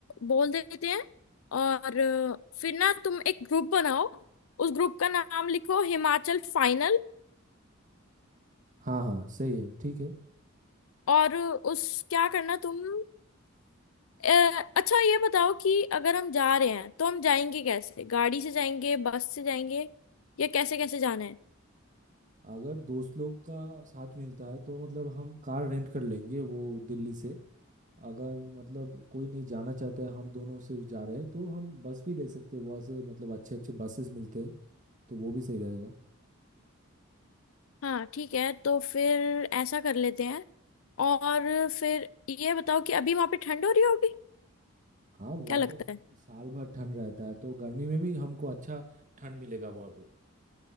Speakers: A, on the left; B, on the right.
A: बोल देते हैं और अ, फिर ना तुम एक ग्रुप बनाओ उस ग्रुप का नाम लिखो हिमाचल फाइनल
B: हाँ हाँ सही है ठीक है
A: और उस क्या करना तुम अ, अच्छा ये बताओ कि अगर हम जा रहे हैं तो हम जाएंगे कैसे गाड़ी से जाएंगे बस से जाएंगे या कैसे कैसे जाना है
B: अगर दोस्त लोग का साथ मिलता है तो मतलब हम कार रेंट कर लेंगे वो दिल्ली से अगर मतलब कोई नहीं जाना चाहता है हम दोनों सिर्फ जा रहे हैं तो हम बस भी ले सकते हैं वहाँ से मतलब अच्छे अच्छे बसेस मिलते हैं तो वो भी सही रहेगा
A: हाँ ठीक है तो फिर ऐसा कर लेते हैं और फिर ये बताओ कि अभी वहां पे ठंड हो रही होगी
B: हाँ वहाँ
A: क्या लगता
B: तो
A: है
B: साल भर ठंड रहता है तो गर्मी में भी हमको अच्छा ठंड मिलेगा वहाँ पे